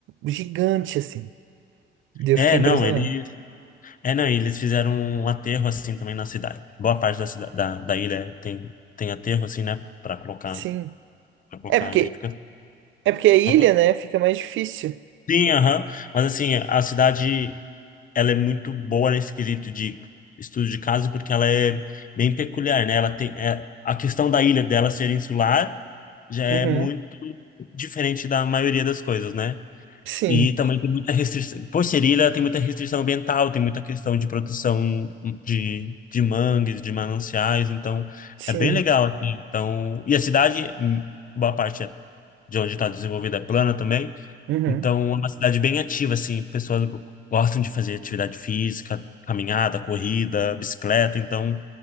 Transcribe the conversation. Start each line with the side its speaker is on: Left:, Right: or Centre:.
Right: gigante, assim. Daí
Left: É,
Right: Eu fiquei impressionado.
Left: não, ele É, não, e eles fizeram um aterro assim também na cidade. Boa parte da cidade, da, da ilha é- tem tem aterro assim, né, para colocar
Right: Sim.
Left: para colocar
Right: É porque,
Left: a gente fica-
Right: é porque a ilha,
Left: Opa.
Right: né, fica mais difícil.
Left: Sim, aham. Mas assim, a cidade ela é muito boa nesse quesito de estudo de caso porque ela é bem peculiar, né? Ela tem é, a questão da ilha dela ser insular já é
Right: Uhum.
Left: muito diferente da maioria das coisas, né?
Right: Sim,
Left: E também tem muita restrição. Por ser ilha, tem muita restrição ambiental, tem muita questão de proteção de, de mangues, de mananciais. Então,
Right: sim.
Left: é bem legal, assim. Então, e a cidade, hum, boa parte é de onde está desenvolvida é plana também.
Right: Uhum.
Left: Então, é uma cidade bem ativa, assim. Pessoas go- gostam de fazer atividade física, caminhada, corrida, bicicleta. Então,